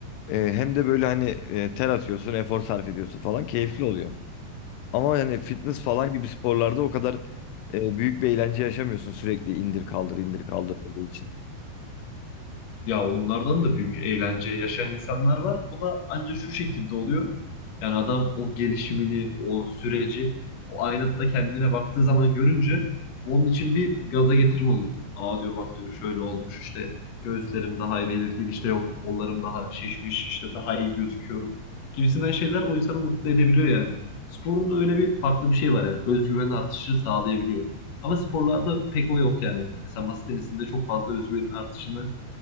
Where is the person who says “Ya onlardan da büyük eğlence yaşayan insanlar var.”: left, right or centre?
Left